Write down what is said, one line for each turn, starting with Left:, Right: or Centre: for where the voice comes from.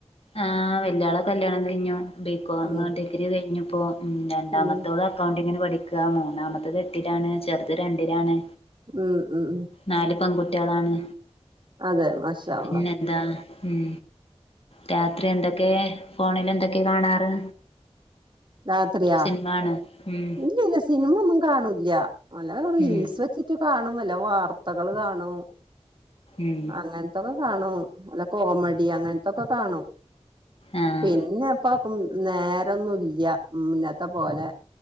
Left: ആഹ് വെല്യാളെ കല്യാണം കഴിഞ്ഞു ബിക്കോമ്
Right: ഉം
Left: ഡിഗ്രി കഴിഞ്ഞിപ്പോ മ് രണ്ടാമത്തോള്
Right: ഉം
Left: അക്കൗണ്ടിങ്ങിന് പഠിക്കുകയാണ് മൂന്നാമത്തേത് എട്ടിലാണ് ചെറുത് രണ്ടിലാണ്
Right: മ് മ്
Left: നാല് പെൺകുട്ടികളാണ്
Right: അതെ മഷാഅള്ളാഹ്
Left: പിന്നെന്താ ഉം രാത്രി എന്തൊക്കേ ഫോണിലെന്തൊക്കെ കാണാറ്
Right: രാത്രിയോ
Left: സിനിമ ആണോ ഉം
Right: ഇല്ല ഇല്ല സിനിമൊന്നും കാണൂല്ല നല്ല റീൽസ്
Left: ഉം
Right: വെച്ചിട്ട് കാണും വല്ല വാർത്തകള് കാണും
Left: ഉം
Right: അങ്ങൻത്തൊക്കെ കാണും വല്ല കോമഡി അങ്ങൻത്തൊക്കെ കാണും
Left: ആഹ്
Right: പിന്നപ്പൊ നേരൊന്നുല്ല മുന്നത്തെ പോലെ